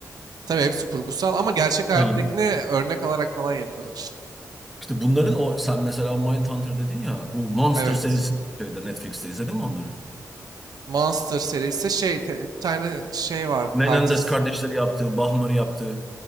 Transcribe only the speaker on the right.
Tabii hepsi kurgusal ama gerçek hayattakine
örnek alarak falan yapıyorlar işte.
Evet.
Monster serisi şey te- bir tane şey vardı
katil.